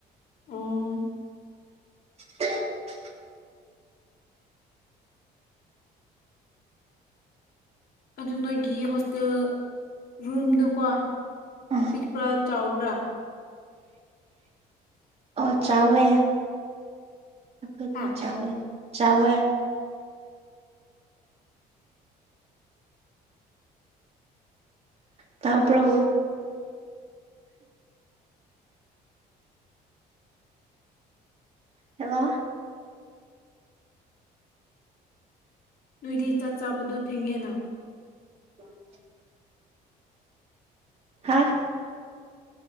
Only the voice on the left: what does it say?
ꯑꯣ
ꯑꯗꯨ ꯅꯣꯏꯒꯤ ꯍꯣꯁꯇꯦꯜ ꯔꯨꯝꯗꯣꯀꯣ
ꯄꯤꯛꯄ꯭ꯔꯥ ꯆꯥꯎꯕ꯭ꯔꯥ
ꯍꯥ
ꯅꯣꯏꯗꯤ ꯆꯥꯛ ꯆꯥꯕꯗꯣ ꯊꯦꯡꯉꯦꯅ